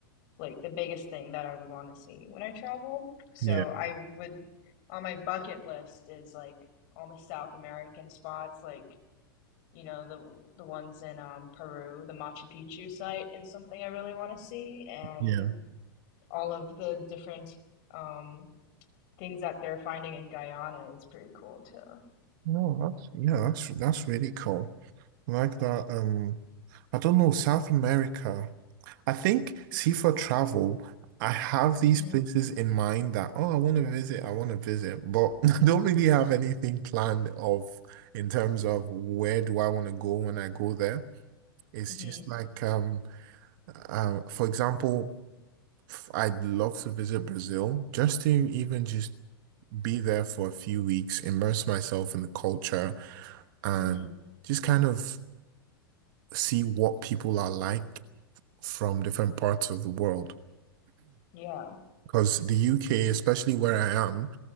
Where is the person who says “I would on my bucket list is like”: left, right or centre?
Left